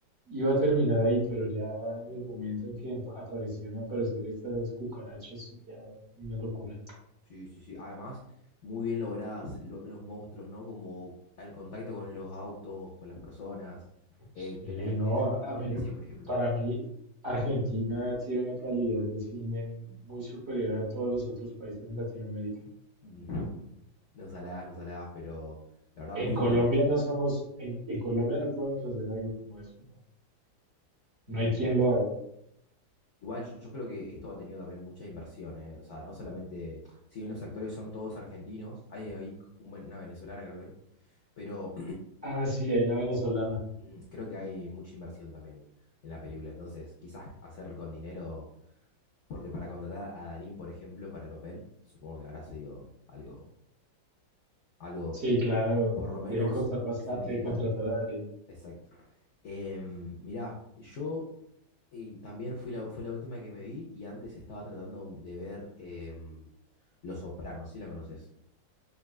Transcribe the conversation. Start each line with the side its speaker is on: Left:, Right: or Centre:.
Right: iba a terminar ahí, pero ya en el momento en que emp- aparecieron aparecer estas cucarachas, sí, ya una locura.
Left: Sí, sí, sí. Además, muy bien logradas lo- los monstruos, ¿no? Como al contacto con los autos, con las personas,
Right: Sí,
Left: eh, en la
Right: no,
Left: escena
Right: a
Left: de la iglesia,
Right: a mí, me-
Left: por ejemplo.
Right: para mí Argentina tiene una calidad de cine muy superior a todos los otros países en Latinoamérica.
Left: <laughs> Ujú. No saladas, no saladas, pero la verdad
Right: En
Left: muy
Right: Colombia
Left: buena.
Right: no somos, en, en Colombia no podemos hacer algo como eso, no, no
Left: Mm.
Right: hay quien lo haga.
Left: Igual yo, yo creo que esto ha tenido también mucha inversión, ¿eh? O sea, no solamente, si bien los actores son todos argentinos, hay, hay un buen- una venezolana creo que hay, pero
Right: Ah, sí, hay una venezolana.
Left: <clears throat> creo que hay mucha inversión también en la película. Entonces, quizás hacer con dinero, porque para contratar a Darín, por ejemplo, para el papel, supongo que habrá sido algo, algo
Right: Sí, claro,
Left: por lo menos
Right: debe costar bastante
Left: significante.
Right: contratar a Darín.
Left: Exacto. Mira, mirá, yo Y también fue la, fue la última que me vi y antes estaba tratando de ver em, Los Sopranos, si la conoces.